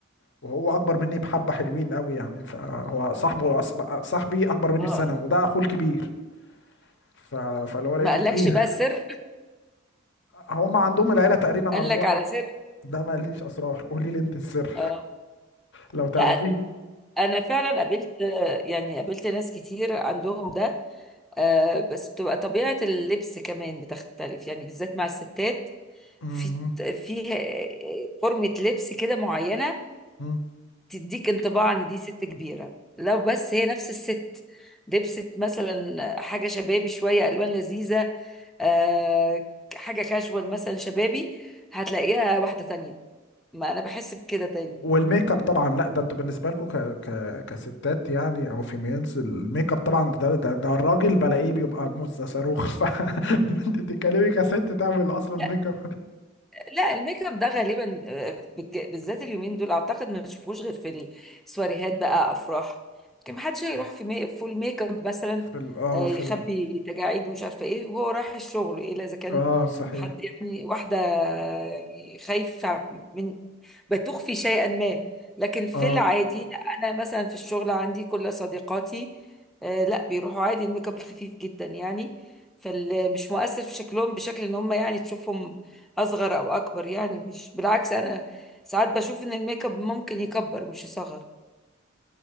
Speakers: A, on the left; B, in the centre.
A: وهو اكبر مني بحبه حلوين قوي يعني فهو صاحبه أص- صاحبي اكبر مني
B: اه
A: بسنه وده اخوه الكبير ف... فاللي هو لقيته
B: ما قالكش
A: كبير
B: بقى سر
A: هم عندهم العيله تقريبا
B: قال
A: على
B: لك
A: بعد
B: على سر
A: ده ما ليش اسرار قولي لي انت السر
B: اه
A: لو تعرفيه
B: لا انا فعلا قابلت آه، يعني قابلت ناس كتير عندهم ده آه، بس بتبقى طبيعة اللبس كمان بتختلف يعني بالذات مع الستات
A: مم.
B: في فيها آه، آه، فورمة لبس كده معينة
A: مم.
B: تديك انطباع ان دي ست كبيره لو بس هي نفس الست لبست مثلا حاجه شبابي شويه الوان لذيذه آه، حاجه كاجوال مثلا شبابي هتلاقيها واحده تانية ما انا بحس بكده دايما
A: والميك اب طبعا لا ده انتوا بالنسبه لكم ك... ك... كستات يعني او فيميلز الميك اب طبعا ده ده, ده الراجل بلاقيه بيبقى مزه صاروخ <laughs> ف انت تتكلمي كست تعمل اصلا
B: لا
A: ميك اب
B: لا الميك اب ده غالبا آه، بالج- بالذات اليومين دول اعتقد ما تشوفوش غير في السواريهات بقى افراح كان محدش هيروح في مي... فول ميك اب مثلا
A: في ال... اه
B: آه،
A: في
B: يخبي
A: ال...
B: تجاعيد ومش عارفه ايه وهو رايح الشغل الا اذا كان
A: اه صحيح
B: حد يعني واحده يعني خايفه من بتخفي شيئا ما لكن في
A: اه
B: العادي لا انا مثلا في الشغل عندي كل صديقاتي آه، لا بيروحوا عادي الميك اب الخفيف جدا يعني فمش مؤثر في شكلهم بشكل ان هم يعني تشوفهم اصغر او اكبر يعني مش بالعكس انا ساعات بشوف ان الميك اب ممكن يكبر مش يصغر